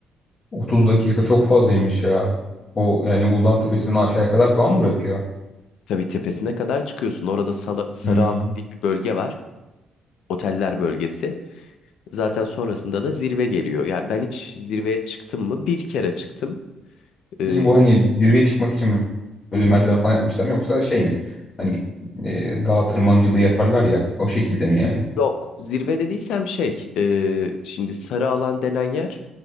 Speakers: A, on the left; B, on the left.
A: 30 dakika çok fazlaymış ya. O yani Uludağ'ın tepesini aşağıya kadar falan mı bırakıyor?
B: Tabii tepesine kadar çıkıyorsun orada Sala- Sarı
A: Hmm.
B: Alan diye bir bölge var oteller bölgesi. Zaten sonrasında da zirve geliyor. Ya ben hiç zirveye çıktım mı? Bir kere çıktım. Ee,
A: Peki bu hani zirveye çıkmak için böyle merdiven falan yapmışlar mı yoksa şey mi? Hani e, dağ tırmancılığı yaparlar ya o şekilde mi yani?
B: Yok, zirve dediysem şey, e, şimdi sarı alan denen yer